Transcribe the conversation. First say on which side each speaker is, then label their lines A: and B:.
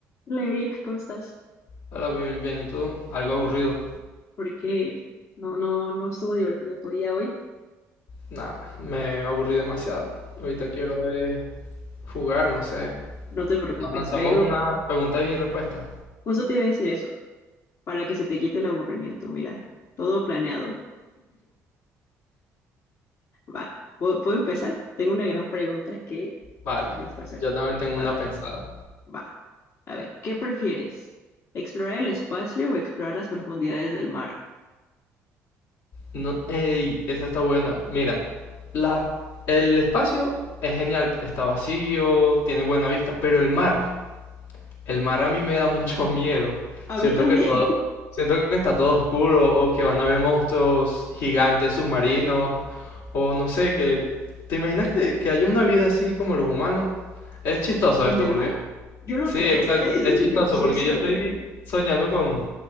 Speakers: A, on the left; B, on the left.
A: Hola Eric, ¿cómo estás?
B: Hola, Will, bien, ¿y tú? Algo aburrido.
A: Porque no, no, no estuvo divertido tu día hoy.
B: Nah, me aburrí demasiado. Ahorita quiero eh, jugar, no sé.
A: No te preocupes,
B: Nos lanzamos
A: traigo,
B: unas preguntas y respuestas.
A: justo te iba a decir eso, para que se te quite el aburrimiento. Mira, todo planeado. Va, ¿puedo, puedo empezar? Tengo una gran pregunta que
B: Vale,
A: necesito hacerte.
B: yo también tengo
A: A
B: una
A: ver,
B: pensada.
A: va, a ver, ¿qué prefieres? ¿Explorar el espacio o explorar las profundidades del mar?
B: No, ey, esa está buena. Mira, la- el espacio es genial, está vacío, tiene buena vista, pero el mar, El mar a mí me da mucho <laughs> miedo.
A: A
B: Siento
A: mí también,
B: que todo, siento que está todo oscuro o que van a haber monstruos gigantes submarinos o no sé, que ¿te imaginas que, que haya una vida así como los humanos? Es chistoso
A: <laughs> en
B: esto
A: el
B: porque
A: mar, yo lo
B: sí,
A: creo.
B: exacto,
A: <laughs>
B: es chistoso porque
A: Yo sí
B: yo
A: lo
B: estoy
A: creo.
B: soñando con